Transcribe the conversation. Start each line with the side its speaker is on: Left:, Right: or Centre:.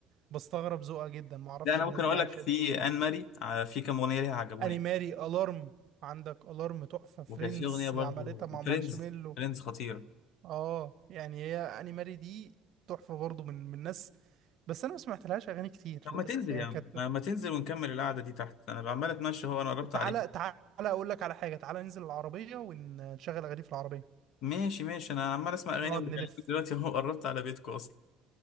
Right: بستغرب ذوقها جدا ما اعرفش
Left: لا انا
Right: الناس
Left: ممكن اقول
Right: دي عايشة
Left: لك في
Right: ازاي يعني
Left: ان ماري آه، في كام اغنيه ليها عجبوني
Right: اني ماري الارم عندك الارم تحفة فريندز
Left: وكانت في اغنيه برضه
Right: اللي عملتها مع مارشميلو
Left: فريندز فريندز خطيره
Right: اه يعني هي اني ماري دي تحفة برضو من من ناس بس انا ما سمعتلهاش اغاني كتير
Left: طب
Right: للاسف
Left: ما تنزل
Right: يعني
Left: يا عم
Right: كانت
Left: آه، ما تنزل ونكمل القعده دي تحت انا عمال اتمشى هو انا قربت
Right: تعالى
Left: عليك
Right: تعالى اقول لك على حاجه تعالى ننزل العربيه ونشغل اغاني في العربيه
Left: ماشي ماشي انا عمال اسمع اغاني
Right: نقعد
Left: وبكلمك
Right: نلف
Left: دلوقتي هو قربت على بيتكم اصلا